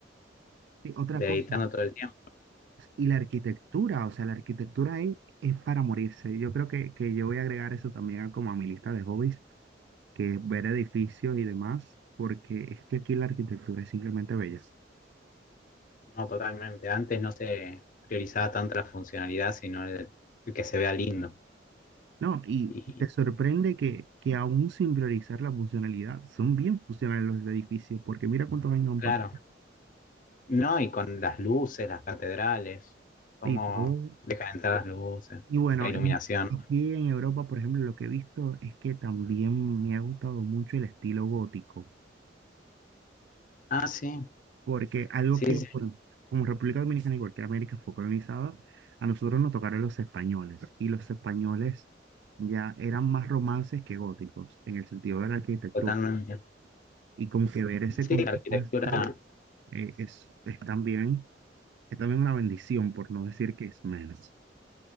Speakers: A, on the right (about 70°); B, on the left (about 45°).
A: sí, Otra
B: de
A: cosa
B: editando todo el tiempo.
A: Y la arquitectura, o sea, la arquitectura ahí es para morirse. Yo creo que, que yo voy a agregar eso también a- como a mi lista de hobbies, que es ver edificios y demás, porque es que aquí la arquitectura es simplemente bella.
B: No, totalmente. Antes no se priorizaba tanto la funcionalidad, sino el, el que se vea lindo.
A: No, y
B: Y
A: te sorprende que, que aún sin priorizar la funcionalidad, son bien funcionales los edificios, porque mira cuántos años han
B: claro,
A: pasado
B: no, y con las luces, las catedrales, cómo
A: y todo.
B: dejan entrar las luces,
A: Y bueno,
B: la iluminación.
A: en- aquí en Europa, por ejemplo, lo que he visto es que también me ha gustado mucho el estilo gótico.
B: Ah, sí,
A: Porque algo
B: sí,
A: que,
B: sí,
A: bueno, como República Dominicana, igual que América fue colonizada, a nosotros nos tocaron los españoles. Y los españoles ya eran más romances que góticos, en el sentido de la arquitectura.
B: totalmente.
A: Y como que ver ese
B: Sí,
A: contraste
B: la arquitectura,
A: eh, es, es también, es también una bendición, por no decir que es menos.